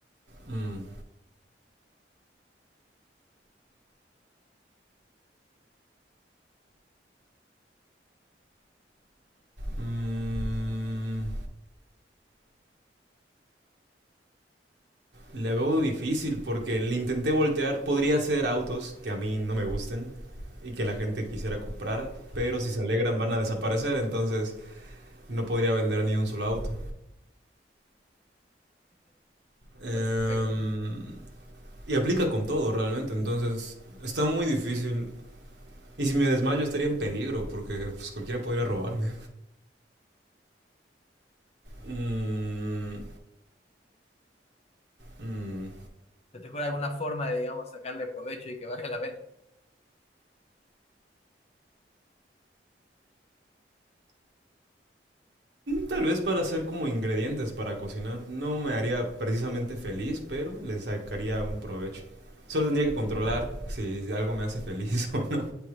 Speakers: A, on the right; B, on the left.
A: Mm, mm, la veo difícil porque le intenté voltear. Podría ser autos que a mí no me gusten y que la gente quisiera comprar, pero si se alegran van a desaparecer, entonces no podría vender ni un solo auto. Em,
B: Perfecto.
A: y aplica con todo realmente, entonces está muy difícil. Y si me desmayo estaría en peligro porque pues, cualquiera podría robarme. Mm, mm,
B: ¿Recuerda alguna forma de, digamos, sacarle provecho y que valga la pena?
A: tal vez para hacer como ingredientes para cocinar. No me haría precisamente feliz, pero le sacaría un provecho. Solo tendría que controlar si algo me hace feliz <laughs> o no.